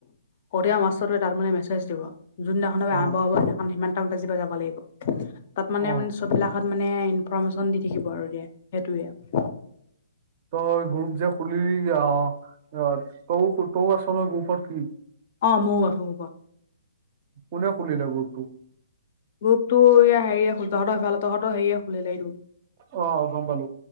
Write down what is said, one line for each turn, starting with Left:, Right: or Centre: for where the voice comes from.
Left: কঠিয়া মাটোৱে তাৰ মানে মেছেজ দিব যোনদিনাখ
Right: অ
Left: আৰম্ভ হব সেইনা স ল ম
Right: অ
Left: বিলাকত মানে ইনফৰৰ্মেশ্যন দি থাকিব আৰু দিয়া সেইটোৱে
Right: তই গ্ৰুপ যে খুলি অ তই তই আছ ন গ্ৰুপত কি
Left: অ মইো গলো কোপত
Right: কোনে খুলিলে গুৰটো
Left: গ্ৰপতটো ইয়া হেৰিয় খুল তহঁতৰ ভাল তহতৰ হেৰিয়ে খুলিলে এইটো
Right: অ গ্পাল